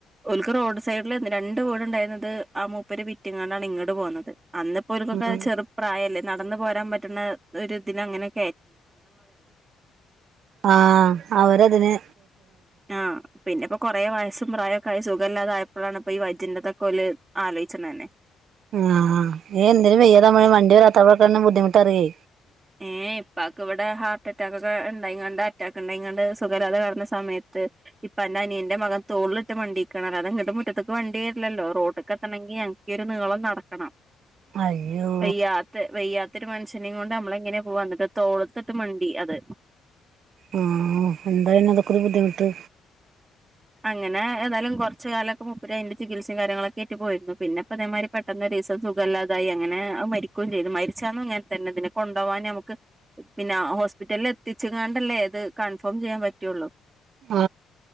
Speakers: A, on the right (about 20°); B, on the right (about 55°).
A: ഓൽക്ക് റോഡ് സൈഡില് രണ്ട് വീട് ണ്ടായിര്ന്നത് ആ മൂപ്പര് വിറ്റിങ്ങാണ്ടാണ് ഇങ്ങട്ട് പോന്നത് അന്നപ്പോൽക്കൊക്കെ
B: ഉം
A: ചെർ ല്ലെ നടന്ന് പോരാൻ പറ്റുന്ന ഒരുതിന് അങ്ങനൊക്കെ
B: ആ അവരതിനെ
A: ആ പിന്നെപ്പോ കൊറെ വയസ്സും പ്രായൊക്കായി സു ഖല്ലാതായപ്പഴാണ് ഇപ്പൊ ഈ വയറ്റിന്റതൊക്കെ ആലോയ്ച്ച്ണതെന്നെ
B: ആ എന്തേലും വെയ്യാതാമ്പഴേ വണ്ടി <unintelligible> ബുദ്ധിമുട്ടറിയേ
A: ഏ പ്പാക്ക് ഇവടെ ഹാർട്ട് അറ്റാക്കൊക്കെ ഉണ്ടായ്ങ്ങാണ്ട അറ്റാക്ക് ണ്ടായ്ങ്ങാണ്ട് സുഖല്ലാതെ കെട്ന്ന സമയത്ത് പ്പാന്റെ അനിയന്റെ മകൻ തോളിലിട്ട് മണ്ടിക്കാണ് അതങ്ങട്ട് മുറ്റത്തക്ക് വണ്ടി വര്ല്ലല്ലോ റോട്ട്ക്കെത്തണങ്കി എനിക്ക് ഒരു നീളം നടക്കണം
B: അയ്യോ
A: വെയ്യാത്തെ വെയ്യാ ത്തൊരു മനുഷ്യനേം കൊണ്ട് നമ്മളെങ്ങനെ പോവാ ന്നിട്ട് തോളത്തിട്ട് മണ്ടി അത്
B: ആ എന്താന്ന അതൊക്കൊരു ബുദ്ധിമുട്ട്
A: അങ്ങനെ ഏതായാലും കൊർച്ച് കാലം മുപ്പരേയ്ന്നു അയ്ന്റെ ചികിത്സയും കാര്യങ്ങളൊക്കായിട്ട് പോയിരുന്നു പിന്നെപ്പൊ തേമാതിരി പെട്ടെന്ന് ഒരീസം സുഖല്ലാതായി അങ്ങനെ അത് മരിക്കു ക്കും ചെയ്ത് മരിച്ചന്നും ങ്ങനെ തെന്നെ ഇതിനെ കൊണ്ടോവാന് ഞമ്മക്ക് പിന്നെ ഹോസ്പിറ്റലിൽ എത്തിച്ച്ങ്ങാണ്ടല്ലേ ത് ത് കൺഫേം ചെയ്യാൻ പറ്റുള്ളൂ
B: ആ